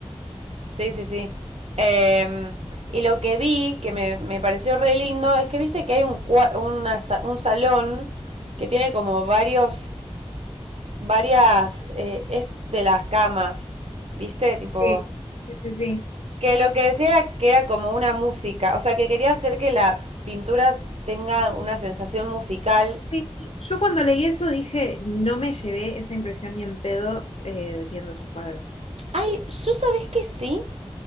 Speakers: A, on the right (about 70°); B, on the left (about 70°).
A: Sí, sí, sí. Em, y lo que vi, que me, me pareció re lindo, es que viste que hay un, cua- una sa- un salón que tiene como varios, varias, eh, es de las camas, viste, tipo,
B: Sí. Sí, sí, sí.
A: que lo que decía era que era como una música, o sea, que quería hacer que la pintura tenga una sensación musical.
B: Sí, Yo cuando leí eso dije, no me llevé esa impresión ni en pedo eh, viendo sus cuadros.
A: Ay, yo sabés que sí,